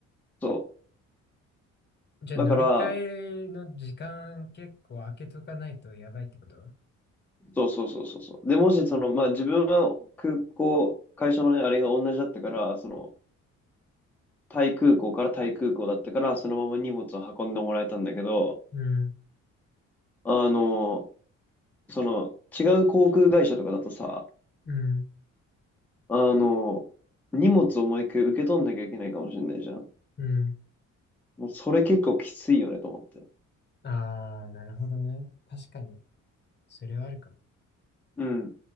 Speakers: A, in the centre; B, on the left.
A: そ
B: じゃあ乗り換えの時間結構空けとかないとやばいってこと
A: う。だから、そうそうそうそうそう。で、もしその、まあ自分は空港、会社のね、あれが同じだったから、その、タイ空港からタイ空港だったから、そのまま荷物を運んでもらえたんだけど、
B: うん、
A: あのその、違う航空会社とかだとさ、
B: うん、
A: あの、荷物をもう一回受け取んなきゃいけないかもしれないじゃん。
B: うん。
A: もうそれ結構きついよねと思って。
B: あー、なるほどね。確かに、それはあるかも。
A: うん。